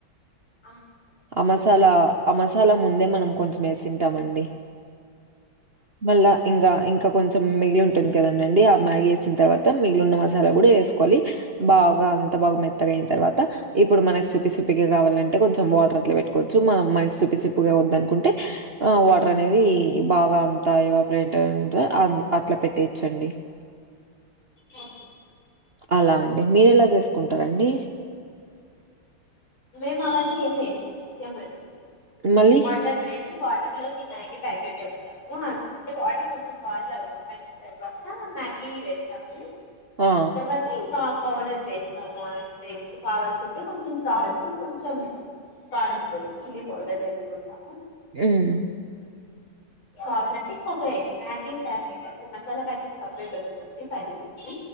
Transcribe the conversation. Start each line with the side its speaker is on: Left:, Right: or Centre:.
Left: ఆ.
Right: ఆ మసాలా ఆ మసాలా ముందే మనం కొంచెం వేసింటామండి మళ్ళా ఇంకా ఇంకా కొంచం చెం మిగిలి ఉంటుంది కదండండి ఆ మ్యాగీ వేసిన తర్వాత మిగిలిన్న మసాలా కూడా వేసుకోవాలి బాగా త్త బాగ మెత్తగయిన తర్వాత ఇప్పుడు మనకు సపిగా కావాలంటే కొంచెం వాటర్ అట్లా పెట్టుకోచ్చు మ మనకి సూపి సగా వద్దదు అనుంటే ఆ వాటర్ అనే అనేది బాగా అంది తాయివాపు ఏంట ఉందో అ అట్లా పెట్టేచ్చండి
Left: హా
Right: అలా అండి మీర ఎలా చేసుకుంటారండి
Left: మామ్ అవన్నీ ఏ మరి
Right: మళ్ళీ
Left: వాటర్ వేసి వాట లోకి మ్యాగీ ప్యాకెట్ వేస్తాము అంటే వాటర్ కొంచెం బాయిల్ అవ అయిన తర్వాత మ్యాగి గీ వేస్తాము
Right: ఆ!
Left: తర్వాత ఇంకా పౌడర్ వేస్తాము అంతే కావాల్సింటే కొంచెం సాల్ట్ కొంచెం కారంపొడి చిల్లీ పౌడర్ వేసుకుంటా
Right: మ్మ్
Left: కావాలంటే ఇంకొక ఎగ్ మ్యాగీ ప్యాకెట్ అ మసాలా ప్యాకెట్స్ అవ్ వస్తుంది ఫైవ్ రూపీస్కి